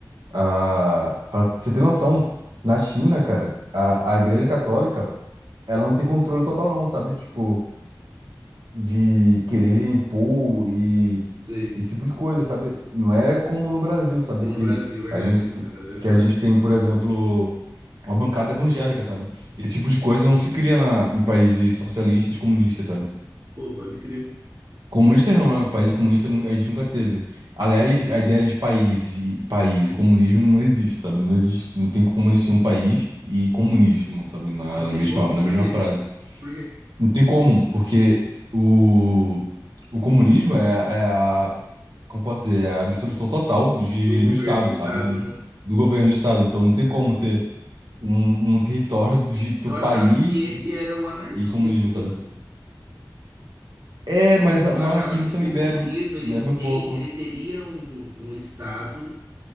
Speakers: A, on the right (about 75°); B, on the right (about 50°).
A: Ah, pra você ter noção, na China, cara, a, a Igreja Católica, ela não tem controle total não, sabe? Tipo, de querer impor e
B: Sim.
A: esse tipo de coisa, sabe? Não é como no Brasil, sabe?
B: Como
A: Que
B: no Brasil, verdade.
A: a gente,
B: né?
A: te-
B: O Brasil é forte.
A: que a gente tem,
B: né?
A: por exemplo, uma bancada evangélica, sabe? Esse tipo de coisa não se cria na, em países socialistas, comunistas, sabe?
B: Pô, pode crer.
A: Comunistas não, né? O país comunista nunca, a gente nunca teve. Aliás, a ideia de países e país e comunismo não existe, sabe? Não existe, não tem como existir um país e comunismo, sabe? Na,
B: Não
A: na
B: tem
A: mesma,
B: como?
A: na
B: Por
A: mesma
B: quê?
A: frase.
B: Por quê?
A: Não tem como, porque o, o comunismo é, é a, como posso dizer, é a absorção total de,
B: Do governo,
A: do Estado,
B: do
A: sabe?
B: Estado, né?
A: Do governo do Estado. Então não tem
B: É.
A: como ter um, um território de, do
B: Eu
A: país
B: achava que esse era o anarquismo,
A: e comunismo, sabe?
B: mano.
A: É, mas o
B: Eu achava
A: anarquismo
B: que tipo
A: também
B: o
A: bebe,
B: comunismo ele
A: bebe um pouco.
B: tem, ele teria um, um estado